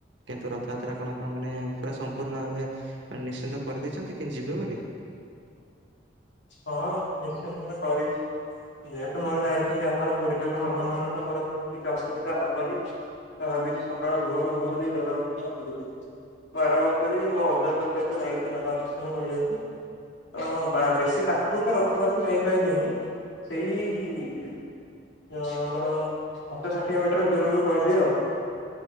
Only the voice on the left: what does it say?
ହଁ ନିଶ୍ଚିନ୍ତ ତ କରିଛି ଯେହେତୁ ମୋର ଜାଣିଛନ୍ତି ଆପଣ ପୁରୀରେ ମୋ ମାମୁଁ ଘର ତ ମୋର କିଛିବି ଅସୁବିଧା ହବନି। ତ ଭାବିଛି ସକାଳ ଭୋରୁ ଭୋରୁ ଯାଇ ଜଗା ଦର୍ଶନ କରିଦେବି। ମୁଁ ଆର ବର୍ଷ ବି ମୋ ଅଜାଙ୍କ ସହିତ ଯାଇଥିଲି ଜଗା ଦର୍ଶନ କରିବାକୁ ତ ବା ବେଶୀ ସେଇ ପାଖକୁ ତ ରଥ ପାଖକୁ ଯାଇପାଇଲିନି ସେଇ-ଇ-ଇ-ଇ ଅ ଆମର ପଞ୍ଚ ଷାଠିଏ ମିଟର ଦୂରରୁ କହିବି ଆଉ।